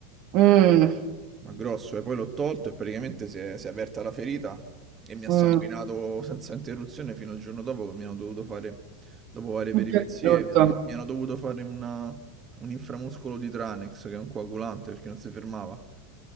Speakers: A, on the right; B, on the right.
A: Mm.
B: ma grosso, e poi l'ho tolto e praticamente si è, si è aperta la ferita e mi ha
A: Mm.
B: sanguinato senza interruzione fino al giorno dopo che mi hanno dovuto fare, dopo varie
A: Oddio,
B: peripezie,
A: che brutto.
B: mi hanno, mi hanno dovuto fare una- un inframuscolo di Tranex che è un coagulante perché non si fermava.